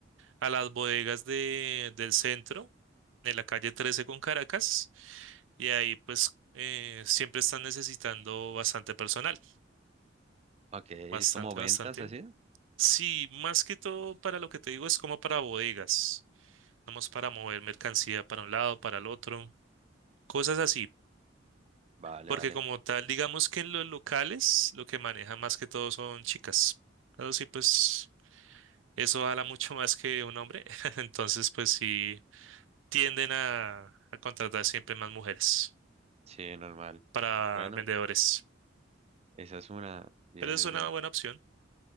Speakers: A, on the right; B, on the right.
A: a las bodegas de, del centro, de la calle 13 con Caracas, y ahí pues eh, siempre están necesitando bastante personal,
B: Ok, es
A: bastante,
B: como ventas
A: bastante.
B: así.
A: Sí, más que todo para lo que te digo es como para bodegas, vamos para mover mercancía para un lado, para el otro, cosas así,
B: Vale,
A: porque
B: vale.
A: como tal, digamos que en los locales lo que manejan más que todo son chicas, pero sí, pues eso habla mucho <laughs> más que un hombre, <laughs> entonces pues sí tienden a, a contratar siempre más mujeres
B: Sí, normal.
A: para
B: Bueno,
A: vendedores,
B: esa es una. Bien,
A: pero es
B: bien,
A: una
B: bien.
A: buena opción